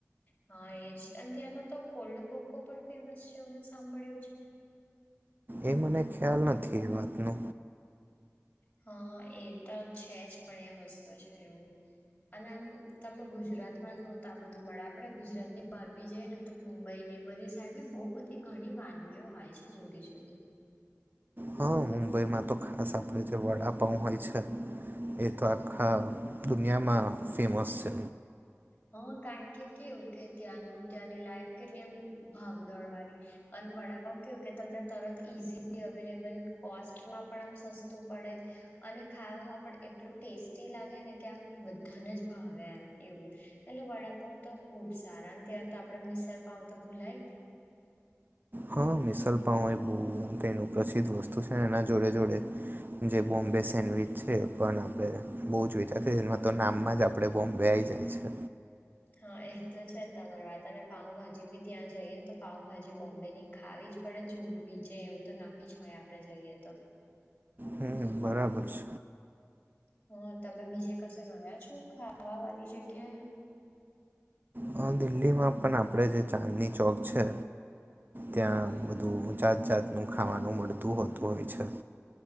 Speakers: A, on the left; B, on the right.
A: હા એજ અને ત્યાંના તો કોલ્ડ કોકો પણ ફેમસ છે, અ સાંભળ્યું છે.
B: એ મને ખ્યાલ નથી, એ વાતનો
A: હા એતો છે, જ પણ એ વસ્તુ છે, એવું અને આમ તમે ગુજરાતમાં જુઓ તોઆ બધું મળે આપડે ગુજરાત ની પરરબી જઈને, તો મુંબઈને બધી સાઈડબી બહુ બધી ઘણી વાનગીઓ હોય છે, જુદી જુદી
B: હા મુંબઈમાં તો ખાસ આપણે જે વડાપાઉં હોય છે. એતો આખા દુનિયામાં ફેમસ છે.
A: હા કારણ કે કેવું કે ત્યાંનું ત્યાંની લાઈફ કેટલી એમ ભાગ દોડવાની અને વડાપાઉ કેવું કે તમને તરત ઈઝીલી અવેલેબલ કોસ્ટમાં પણ આમ સસ્તું પડે અને ખાવામાં પણ એટલું ટેસ્ટી લાગે નેકે આમ બધાને જ ભાવે એમ એવું એટલે વડાપાઉં તો ખુબ સારા અને ત્યાં તો આપડે મિશલ પાઉ તો ભૂલાય.
B: હા મિસલપાવ એ બહુ તેનું પ્રસિદ્ધ વસ્તુ છે, એના જોડે જોડે, જે બોમ્બે સેન્ડવીચ છે, પણ આપણે બહુ જ વિચાર એમાં તો નામમાં જ આપડે બોમ્બેય આવી જાય છે.
A: હા એતો છે, તમારી વાત અને પાઉંભાજી ભી ત્યાં જઈએ નેતો પાઉંભાજી બોમ્બેની ખાવીજ પડે જુવું બીચે એવું તો નક્કી જ હોય આપડે જઈએ તો
B: હા બરાબર છે.
A: હા તમે બીજે કસે ગયા છો, ખાવા વાળ જગ્યાએ.
B: હ દિલ્હીમાં પણ આપણે જે ચાંદની ચોક છે. ત્યાં
A: હમ
B: બધું જાત જાતનું ખાવાનું મળતું હોતું હોય છે.